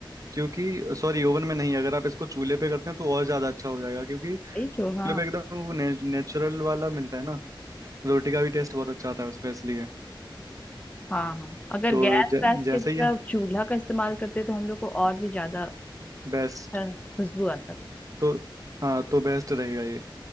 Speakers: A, on the right; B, on the left.
A: क्योंकि सॉरी ओवन में नहीं अगर आप इसको चूल्हे पे करते हैं तो और ज्यादा अच्छा हो जाएगा क्योंकि
B: वही तो
A: चूल्हे
B: हाँ
A: पे एकदम वो ने, नेचुरल वाला मिलता है ना रोटी का भी टेस्ट बहुत अच्छा आता है उसमें इसलिए
B: हाँ हाँ अगर
A: तो
B: गैस
A: जै,
B: वैस
A: जैसे
B: की जगह
A: ही
B: चूल्हा का इस्तेमाल करते तो हम लोग को और भी ज्यादा
A: बेस्ट
B: अ, खुशबू आता
A: तो हाँ तो बेस्ट रहेगा ये